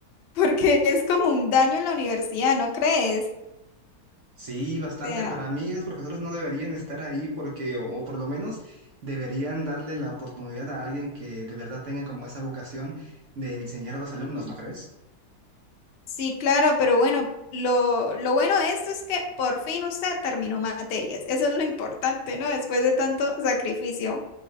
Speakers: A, on the left (about 70°); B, on the right (about 55°).
A: porque es como un daño en la universidad, ¿no crees?
B: Sí, bastante.
A: O sea,
B: Para mí, los profesores no deberían estar ahí porque, o, o por lo menos, deberían darle la oportunidad a alguien que de verdad tenga como esa vocación de enseñar a los alumnos, ¿no crees?
A: sí, claro, pero bueno, lo, lo bueno de esto es que por fin usted terminó materias. Eso es lo importante, ¿no? Después de tanto sacrificio.